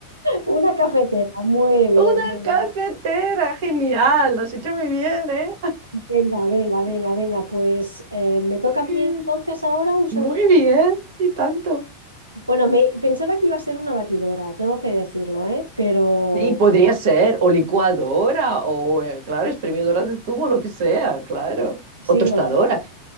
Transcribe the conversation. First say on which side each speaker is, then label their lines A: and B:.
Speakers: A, on the right; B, on the right.
A: Una cafetera, muy bien,
B: Una
A: muy
B: cafetera,
A: bien.
B: genial. Lo has hecho muy bien, ¿eh?
A: Venga, venga, venga, venga, pues eh, me toca
B: Muy
A: a
B: bien.
A: mí entonces ahora un segundo.
B: Muy bien. Y tanto.
A: Bueno, me, pensaba que iba a ser una batidora, tengo que decirlo, ¿eh? Pero
B: Sí, podría ser, o licuadora, o eh, claro, exprimidora de zumo, lo que sea, claro.
A: sí,
B: O tostadora.
A: no la...